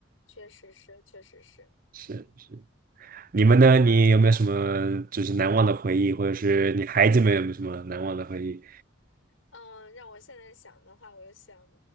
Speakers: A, on the left (about 85°); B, on the right (about 45°).
A: 确实是，确实是，
B: 是，
A: 嗯
B: 你们呢？你有没有什么就是难忘的回忆，或者是你孩子们有没有什么难忘的回忆？
A: 嗯，让我现在想的话，我就想，